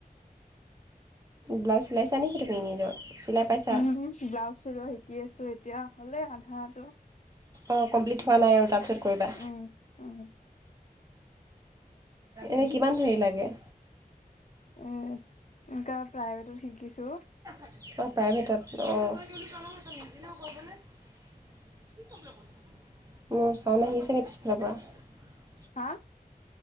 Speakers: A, on the right; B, on the left.
A: ব্লাউজ চিলাইছা নেকি তুমি নিজৰ চিলাই পাইছা
B: উ ব্লাউজ চিলোৱা শিকি আছো এতিয়া হলে আধাটো
A: অ', কমপ্লিট হোৱা নাই আৰু তাৰপিছত কৰিবা
B: উম উম
A: এনেই কিমান হেৰি লাগে
B: উম, এনেকুৱা প্ৰাইভেটত শিকিছো
A: প্ৰাইভেটত অ', মোৰ চাৱন আহি আছে নেকি পিছ ফালৰ পৰা
B: হা,